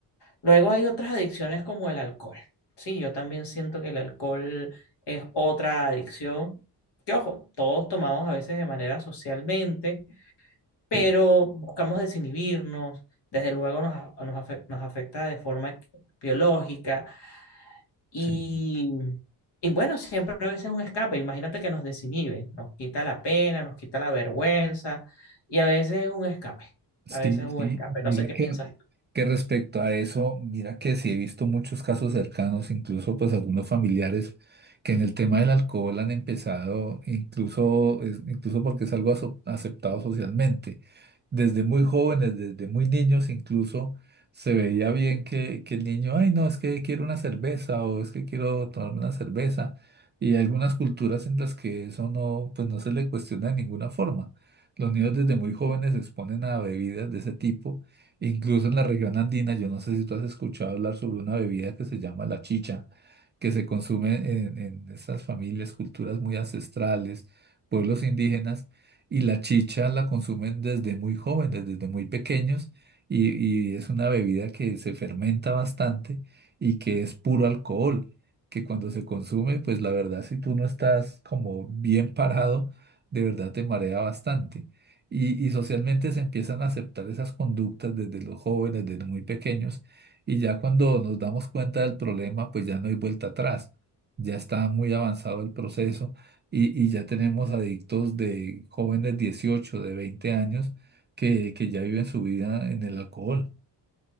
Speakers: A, on the left; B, on the right.
A: Luego hay otras adicciones como el alcohol. Sí, yo también siento que el alcohol es otra adicción. Que ojo, todos tomamos a veces de manera socialmente, pero
B: sí,
A: buscamos desinhibirnos. Desde luego nos, a- nos afe- nos afecta de forma biológica y,
B: sí.
A: y bueno, siempre a veces es un escape. Imagínate que nos desinhibe, nos quita la pena, nos quita la vergüenza y a veces es un escape.
B: Sí,
A: A veces es un
B: sí.
A: escape.
B: Mira
A: No sé qué
B: que
A: piensas.
B: Que respecto a eso, mira que sí he visto muchos casos cercanos, incluso pues algunos familiares que en el tema del alcohol han empezado, incluso, es- incluso porque es algo aso- aceptado socialmente. Desde muy jóvenes, desde muy niños incluso, se veía bien que, que el niño, ay no, es que quiero una cerveza o es que quiero tomarme una cerveza. Y hay algunas culturas en las que eso no, pues no se le cuestiona de ninguna forma. Los niños desde muy jóvenes se exponen a bebidas de ese tipo Incluso en la región andina, yo no sé si tú has escuchado hablar sobre una bebida que se llama la chicha, que se consume en, en estas familias, culturas muy ancestrales, pueblos indígenas, y la chicha la consumen desde muy jóvenes, desde muy pequeños, y, y es una bebida que se fermenta bastante y que es puro alcohol, que cuando se consume, pues la verdad, si tú no estás como bien parado, de verdad te marea bastante. Y, y socialmente se empiezan a aceptar esas conductas desde los jóvenes, desde muy pequeños, y ya cuando nos damos cuenta del problema, pues ya no hay vuelta atrás, ya está muy avanzado el proceso y, y ya tenemos adictos de jóvenes 18 de 20 años, que, que ya viven su vida en el alcohol.